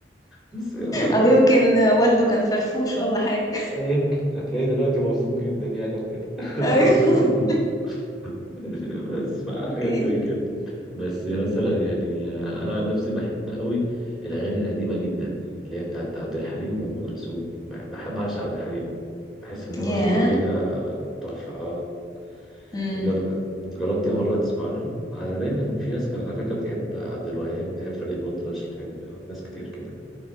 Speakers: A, in the centre; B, on the left (about 20°).
A: بس يلا
B: او يمكن والده كان فرفوش ولا حاجة
A: يمكن هتلاقيه دلوقتي مبسوط جدا يعني لو كده <laughs>
B: ايوه <laughs>
A: ماشي بس حاجات
B: اكيد
A: زي كده بس مثلا يعني انا عن نفسي بحب قوي الاغاني القديمه جدا اللي هي بتاعت عبد الحليم وام كلثوم بحب بعشق عبد الحليم بحس ان هو
B: ياه
A: صوته كده تحفه اه
B: امم
A: جر... جربتي مره تسمع لهم انا دايما في ناس كمان على فكره بتحب عبد الوهاب بتحب فريد الأطرش بتحب ناس كتير كده